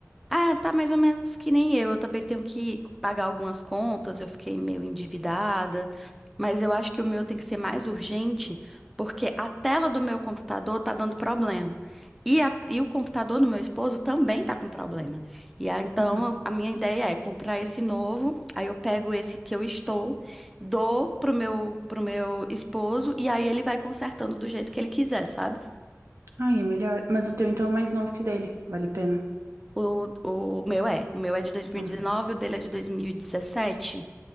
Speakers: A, in the centre; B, on the right.
A: Ah, tá mais ou menos que nem eu. Eu também tenho que pagar algumas contas, eu fiquei meio endividada, mas eu acho que o meu tem que ser mais urgente, porque a tela do meu computador tá dando problema. E, a- e o computador do meu esposo também tá com problema. E aí, então,
B: Uhum.
A: eu- a minha ideia é comprar esse novo, aí eu pego esse que eu estou, dou pro meu, pro meu esposo, e aí ele vai consertando do jeito que ele quiser, sabe?
B: Ai, é melhor. Mas o teu então é mais novo que o dele, vale a pena.
A: O, o meu é. O meu é de 2019,
B: Ah,
A: o dele é de 2017.